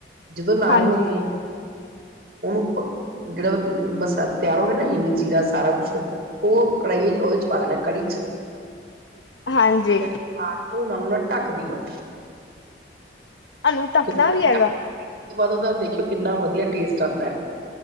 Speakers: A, on the right; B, on the left.
A: ਜਦੋਂ ਲਾਲ
B: ਹਾਂਜੀ
A: ਹੋ ਗਏ ਉਹਨੂੰ ਜਿਹੜਾ ਮਸ ਤਿਆਰ ਹੋ ਗਿਆ ਨਾ ਹਿੰਗ, ਜੀਰਾ ਸਾਰਾ ਕੁਛ ਉਹ ਕੜਾਈਏ ਉਹਦੇ ਚ ਪਾ ਦੇਣਾ ਕੜੀ ਚ
B: ਹਾਂਜੀ
A: <unintelligible> ਢੱਕ ਦਿਓ।
B: ਇਹਨੂੰ ਢੱਕਣਾ
A: ਜਦੋਂ
B: ਵੀ ਹੈਗਾ?
A: <unintelligible> ਦੇਖਿਓ ਕਿੰਨਾ ਵਧੀਆ ਟੇਸਟ ਆਉਂਦਾ ਐ।